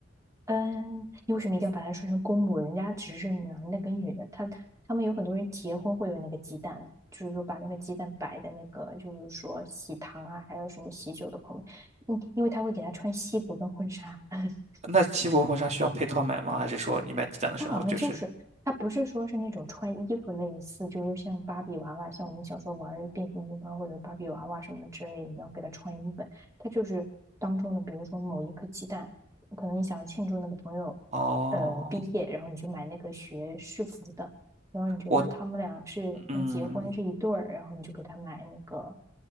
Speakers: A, on the right (about 15°); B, on the right (about 35°).
A: 嗯，你为什么一定要把它说成公母？人家只是男的跟女的，他他们有很多人结婚会有那个鸡蛋呢，就是说把那个鸡蛋摆在那个，就是说喜糖啊，还有什么喜酒的旁边，嗯，因为他会给他穿西服跟婚纱。<laughs>
B: 那西服婚纱需要配套买吗？还是说你买鸡蛋的时候就是？
A: 它好像就是它不是说是那种穿衣服类似，就是像芭比娃娃，像我们小时候玩儿的变形金刚或者芭比娃娃什么之类的，你要给它穿衣服。它就是当中的，比如说某一颗鸡蛋，可能你想要庆祝那个朋友
B: 哦，
A: 呃毕业，然后你就买那个学士服的，然后你觉得他们俩是要结婚是一对儿，
B: 我嗯，
A: 然后你就给他买那个